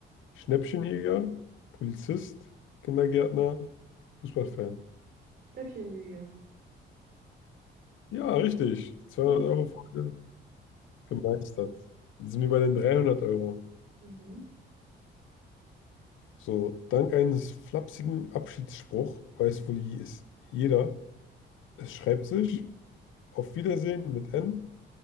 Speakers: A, on the left (about 80°); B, on the right (about 60°).
A: Schnäppchenjäger, Polizist, Kindergärtner, Fußballfan.
B: Stäbchenjäger.
A: Ja, richtig. 200-Euro-Frage
B: Yeah.
A: gemeistert. Jetzt sind wir bei den 300 Euro.
B: Mhm.
A: So, dank eines flapsigen Abschiedsspruch weiß wohl es jeder. Es schreibt sich Auf Wiedersehen mit N,